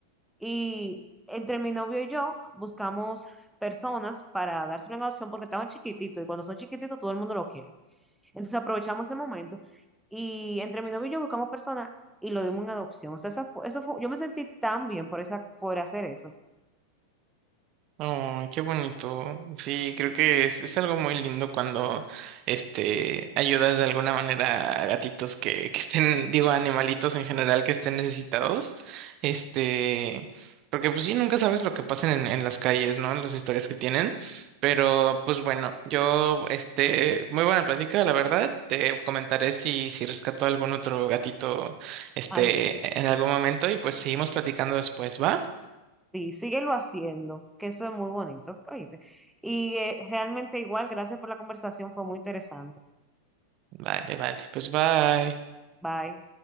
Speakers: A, in the centre; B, on the right (about 40°).
A: Y entre mi novio y yo buscamos personas para dárselo en adopción porque estaban chiquititos y cuando son chiquititos todo el mundo lo quiere. Entonces aprovechamos ese momento y entre mi novio y yo buscamos personas y lo dimos en adopción. O sea, esa fu- eso fue- yo me sentí tan bien por, esa, por hacer eso.
B: Ay, qué bonito. Sí, creo que es, es algo muy lindo cuando este ayudas de alguna manera a gatitos que, que estén, digo, a animalitos en general que estén necesitados. Este, porque pues sí, nunca sabes lo que pasan en, en las calles, ¿no? Las historias que tienen. Pero, pues bueno, yo, este, muy buena plática, la verdad. Te comentaré si, si rescató algún otro gatito, este,
A: Ay, sí.
B: en algún momento, y pues seguimos platicando después, ¿va?
A: Sí, síguelo haciendo, que eso es muy bonito, ¿oíste? Y eh, realmente igual, gracias por la conversación, fue muy interesante.
B: Vale, vale. Pues bye.
A: Bye.